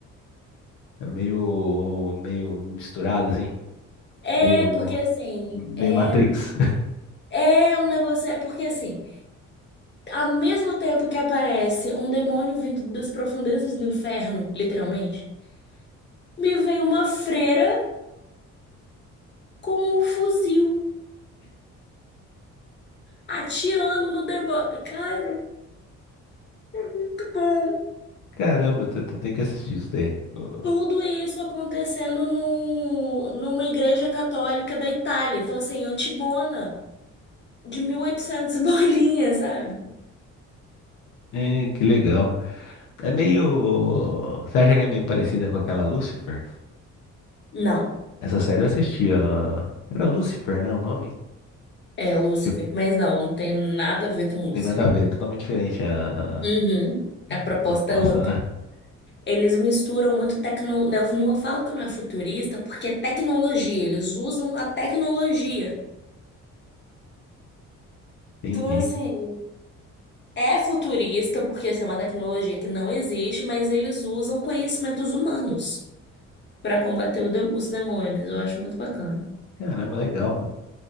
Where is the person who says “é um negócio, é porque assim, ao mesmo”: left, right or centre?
Left